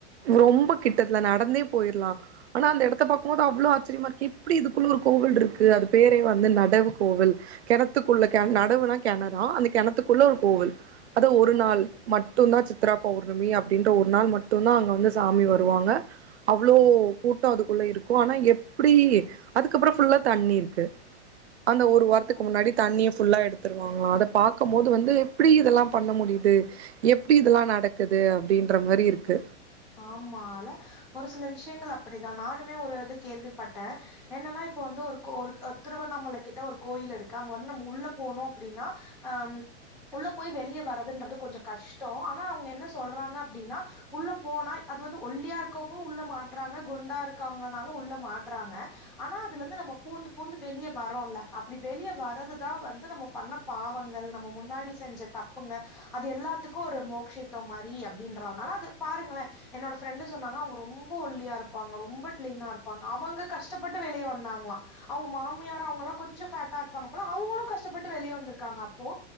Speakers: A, on the right; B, in the centre.
A: ரொம்ப கிட்டத்ல நடந்தே போயிடலா ஆனா அந்த எடத்த பக்கும்போது அவ்ளோ ஆச்சரியமா இருக்கு எப்டி இதுக்குள்ள ஒரு கோவில் இருக்கு அது பேரே வந்து நடவு கோவில் கெணத்துக்குள்ள கெண நடவுனா கெணறா அந்த கெணத் துகுள்ள ஒரு கோவில் அது ஒரு
B: ஓ
A: நாள் மட்டு தா சித்ரா பௌர்ணமி அப்டின்ற ஒரு நாள் மட்டு தா அங் அப்போ வந்து சாமி வருவாங்க அவ்ளோ கூட்டோ அதுக்குள்ள இருக்கு ஆனா எப்டி அதுக்கப்றோ அப்றோ ஃபுல்லா தண்ணி இருக்கு அந்த ஒரு வாரத்துக்கு
B: ஓஹோ
A: முன்னாடி தண்ணிய ஃபுல் ஃபுல்லா எடுத்துருவாங்களா அத பாக்கு போது வந்து எப்டி இதெல்லா பண்ண முடியுது எப்டி இதெல்லா நடக்குது அப்டின்ற மாரி இருக்கு
B: ஆமா ல ஒரு சில விஷயங்கள் அப்டித்தா நானுமே ஒரு இது கேள்விப்பட்டே‌ என்னன்னா இப்போ வந்து ஒரு கோ ஒரு திருவண்ணாமலை கிட்ட ஒரு கோயில் இருக்கு அங்க வந்து நம்ம உள்ள போனு அப்டின்னா அ உள்ள போய் வெளிய வரறதுன்றது கொஞ்சோ கஷ்டோ ஆனா அவங்க என்ன சொல்றாங்க அப்டின்னா உள்ள போனா அது வந்து ஒல்லியா இருக்கங்களு‌ உள்ள மாட்றாங்க குண்டா இருக்காங்கனாலு உள்ள மாட்றாங்க ஆனா அதுல இருந்து நம்ம பூந்து பூந்து வெளிய‌ வறோல்ல அப்டி வெளிய வரதுதா வந்து நம்ம பண்ண பாவங்கள் நம்ம நம்ம முன்னாடி செஞ்ச தப்புங்க அது எல்லாத்துக்கு ஒரு மோக்சிதோ மாரி அப்டின்றாங்க ஆனா அது பாருங்களே என்னோட பிரெண்டு சொன்னாங்க அவங்க ரொம்ப ஒல்லியா இருப்பாங்க ரொம்ப லீனா இருப்பாங்க அவங்க கஷ்டப்பட்டு வெளிய வந்தாங்களா அவங்க மாமியார் அவங்கலா கொஞ்சோ ஃபேட்டா இருப்பாங்கள அவங்களு கஷ்டப்பட்டு வெளிய வந்திருக்காங்க அப்போ